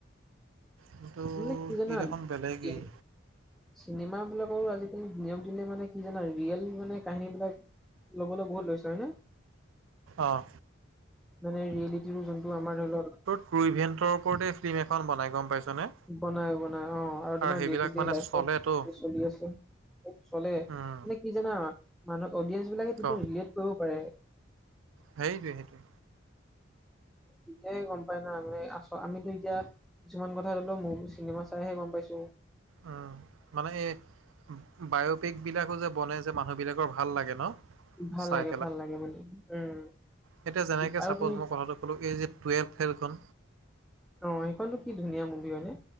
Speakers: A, on the right; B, in the centre.
A: কিন্তু
B: মানে কি জানা
A: সি দেখোন
B: দি
A: বেলেগেই
B: চিনেমা বিলাকৰো আজিকালি নিয়ম দিলে মানে কি জানা ৰিয়েল মানে কাহিনী বিলাক ল'বলৈ বহুত লৈছে হয় নে?
A: অঁ
B: মানে ৰিয়েলিটিটো যোনটো আমাৰ ধৰি লওক।
A: ক্ৰু ইভেণ্টৰ ওপৰতে ফিল্ম এখন বনাই গম পাইছনে।
B: বনাই বনাই অ আৰু তোমাৰ
A: সেইবিলাক
B: দে টো দে
A: মানে
B: লাইফত
A: চলেতো
B: কি চলি আছে। চলে
A: উম,
B: মানে কি জানা মানুহ অডিয়েন্ঞ্চ বিলাকে কেতিয়াও
A: ক
B: ৰিলেট কৰিব পাৰে।
A: সেইটোৱে সেইটোৱে
B: তেতিয়াই গম পাই না আমি আছ আমিতো এতিয়া কিছুমান কথ কথা হ'লেও মোৰ চিনেমা চাইহে গম পাইছোঁ
A: উম মানে এই বায়োপিক বিলাকো যে বনে যে মানুহ বিলাকৰ ভাল লাগে ন
B: ভাল
A: চাই
B: লাগে ভাল লাগে মানে উম
A: সেইটোৱে যেনেকে
B: আৰু
A: চাপোজ
B: তুমি
A: মই কথাটো ক'লো এই যে টুৱেলভ ফেইলখন
B: অ সেইখনটো কি ধুনীয়া মুভি হয়নে